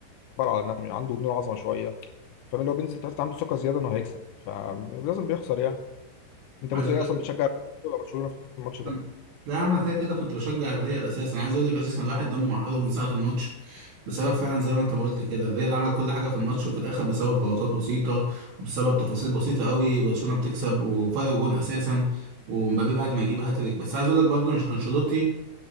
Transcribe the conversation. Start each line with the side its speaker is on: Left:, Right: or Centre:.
Left: بيكبر على نفسه عنده جنون عظمه شويه فاهم لو بينزل تحس عنده ثقه زياده انه هيكسب فلازم بيخسر يعني انت
Right: عايز
Left: كنت
Right: اقول
Left: ايه
Right: لك
Left: اصلا بتشجع ريال مدريد ولا برشلونه في الماتش ده
Right: أم- لا يا عم انا كده كده كنت بشجع الريال اساسا عايز اقول لك اساسا الواحد دمه محروق من ساعه الماتش بسبب فعلا زي ما انت ما قلت كده الريال عمل كل حاجه في الماتش وفي الاخر بسبب غلطات بسيطه وبسبب تفاصيل بسيطه قوي برشلونه بتكسب وفرق جون اساسا ومبابي بعد ما يجيب هاتريك بس عايز اقول لك برضه أنش- انشيلوتي